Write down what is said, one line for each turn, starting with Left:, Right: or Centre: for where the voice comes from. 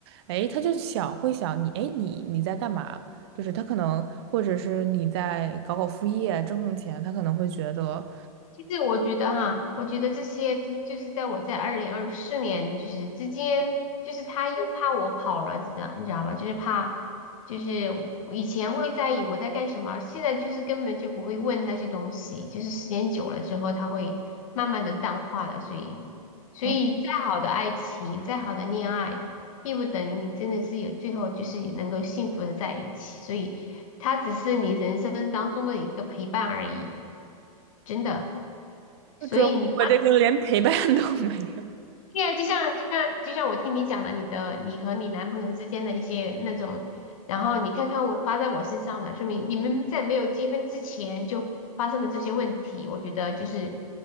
Right: 哎，他就想会想你，哎，你你在干嘛？就是他可能，或者是你在搞搞副业挣挣钱，他可能会觉得，
Left: 其实我觉得哈，我觉得这些就就是在我在二零二四年就是之间，就是他又怕我跑了，你知道你知道吧？就是怕，就是我以前会在意我在干什么，现在就是根本就不会问那些东西，就是时间久了之后，他会慢慢的淡化的。所以，所以再好的爱情，
Right: 啊，
Left: 再好的恋爱，并不等于你真的是有最后就是能够幸福的在一起，所以他只是你人生当中的一个陪伴而已，真的。所以你
Right: 就主要我这个连陪伴都没有。
Left: 对呀，就像就像就像我听你讲的，你的你和你男朋友之间的一些那种，然后你看看我发在我身上的，说明你们在没有结婚之前就发生了这些问题。我觉得就是